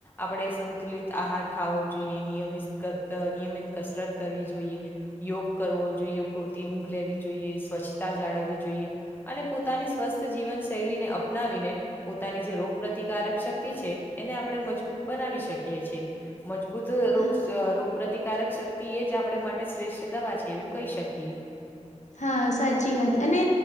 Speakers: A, on the left; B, on the left.
A: આપણે સંતુલિત આહાર ખાવો જોઈએ નિયમિત અ નિયમિત કસરત કરવી જોઈએ. યોગ કરવો જોઈએ, પૂરતી ઊંઘ લેવી જોઈએ, સ્વચ્છતા જાળવવી જોઈએ. અને પોતાની સ્વસ્થ જીવન શૈલીને અપનાવીને પોતાની જે રોગ પ્રતિકારક શક્તિ છે, એને આપણે મજબૂત બનાવી શકીએ છે. મજબૂત રોગ
B: હા
A: શ રો પ્રતિકારક શક્તિ એ જ આપણે માટે શ્રેષ્ઠ દવા છે, એવું કહી શકીએ.
B: હા, સાચી વાત અને